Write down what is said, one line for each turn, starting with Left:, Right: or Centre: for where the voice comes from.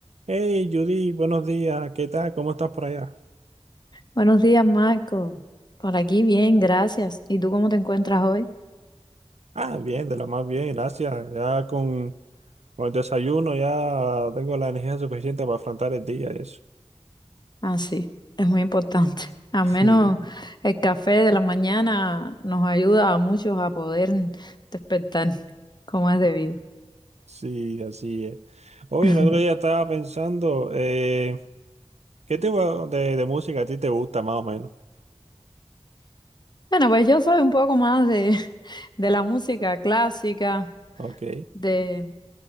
Right: Hey Judy, buenos días, ¿qué tal? ¿Cómo estás por allá?
Left: Buenos días, Marco. Por aquí bien, gracias. ¿Y tú cómo te encuentras hoy?
Right: Ah, bien, de lo más bien, gracias. Ya con, con el desayuno ya tengo la energía suficiente para afrontar el día, y eso.
Left: Ah, sí, es muy importante. <laughs> Al
Right: <laughs>
Left: menos
Right: Sí,
Left: el café de la mañana nos ayuda a muchos a poder despertar como es debido.
Right: sí, así es. Oye,
Left: <laughs>
Right: el otro día estaba pensando, eh, ¿qué tipo de, de música a ti te gusta más o menos?
Left: Bueno, pues yo soy un poco más de, <laughs> de la música clásica,
Right: Ok.
Left: de,